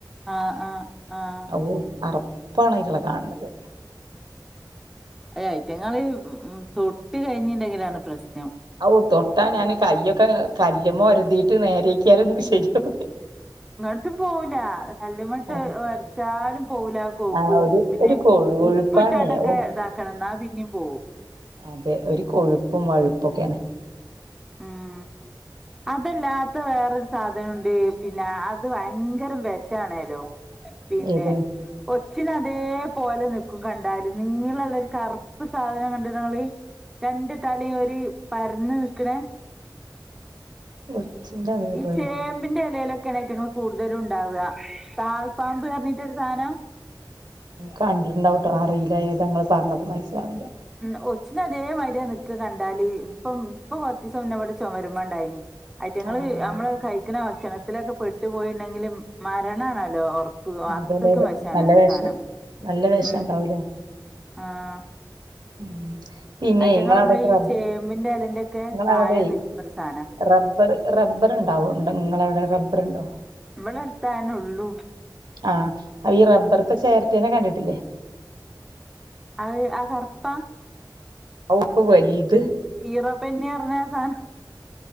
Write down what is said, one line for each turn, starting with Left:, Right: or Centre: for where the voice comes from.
Centre: ആഹ് ആഹ് ആഹ്
Right: ഓ അറപ്പാണ് അയിറ്റാളെ കാണന്നത്
Centre: അ ഐറ്റങ്ങള്ൾ ഉ തൊട്ട് കഴിഞ്ഞിണ്ടെങ്കിലാണ് പ്രശ്നം
Right: ഔ തൊട്ടാ ഞാൻ കയ്യൊക്കെ കല്മ്മോ ഒരുതീട്ട് നേരേക്ക്യാലും ശരിയാ
Centre: ഇങ്ങോട്ടും പോവുല കല്ലമട്ട്
Right: അതെ.
Centre: ഒരച്ചാലും പോവുല കോപ്പ്
Right: ആ ഒരു
Centre: പിന്നെ
Right: ഒരു കൊഴു കൊഴുപ്പാണേ.
Centre: ഉപ്പ് ഇട്ടാണ്ടൊക്കെ
Right: ഓ
Centre: ഇതാക്കണം എന്നാ പിന്നെയും പോവും
Right: അതെ ഒരു കൊഴുപ്പും വഴുപ്പും ഒക്കെയാണ്
Centre: ഉം അതല്ലാത്ത വേറൊരു സാധനം ഉണ്ട് പിന്നെ അത് ഭയങ്കര വിഷ ആണേലോ പിന്നെ
Right: ഏത്
Centre: ഒച്ചിന്റെ അതേ പോലെ നിക്കും കണ്ടാല് നീളമുള്ള ഒരു കറുപ്പ് സാധനം കണ്ട്ണ ഇങ്ങള് രണ്ട് തലയും ഒരു പരന്നു നിക്കണേ
Right: ഒച്ചിന്റെ അതേ
Centre: ഈ
Right: പോലെ
Centre: ചേമ്പിന്റെ ഇലയിലൊക്കെയാണ് അയിറ്റിങ്ങൾ കൂടുതലും ഇണ്ടാവുക താൾ പാമ്പ് പറഞ്ഞിട്ട് ഒരു സാധനം
Right: കണ്ടിട്ടുണ്ടാവുട്ടാ അറിയില്ല ഏതാ ഇങ്ങൾ പറഞ്ഞപ്പോ മനസ്സിലാവില്ല
Centre: ഉ ഒച്ചിന്റെ അതേ മാര്യാ നിക്ക കണ്ടാല് ഇപ്പം ഇപ്പൊ കൊറച്ചീസം മുന്നെ ഇവിടെ ചുമരുമ്മെ ഇണ്ടായിനി അയിറ്റിങ്ങള്
Right: ആഹ്
Centre: നമ്മള് കഴിക്കുന്ന ഭക്ഷണത്തിലൊക്കെ പെട്ടു പോയി ഇണ്ടെങ്കില് മരണാണോലൊ ഒറപ്പ് അത്രയ്ക്കും
Right: അതേലെ
Centre: വിഷം ആണോലോ
Right: നല്ല വെഷം
Centre: ആ സാനം
Right: നല്ല വെഷണ്ടാവൂലേ?
Centre: ഉം ആഹ്
Right: ഉം പിന്നെ
Centre: അയ്റ്റങ്ങള്
Right: നിങ്ങളവിടെക്കെ
Centre: നമ്മള് ഈ
Right: റബ്ബ
Centre: ചേമ്പിന്റെ എലന്റെക്കെ
Right: ഇങ്ങളവിടെ
Centre: താഴെ നിക്ക്ണ സാനാ
Right: റബ്ബർ റബ്ബർ ഉണ്ടാവൊ ഉണ്ട് ഇങ്ങള അവിടെ റബ്ബർണ്ടോ
Centre: ഇവിടെ അടുത്തതെന്നെ ഉള്ളൂ
Right: ആഹ് അ ഈ റബ്ബർത്തെ ചേരട്ടേനെ കണ്ടിട്ടില്ലേ
Centre: അത് ആ കറുപ്പാ
Right: ചോപ്പ് വലുത്
Centre: ഇറൊ പെന്ന് പറഞ്ഞാ സാധനം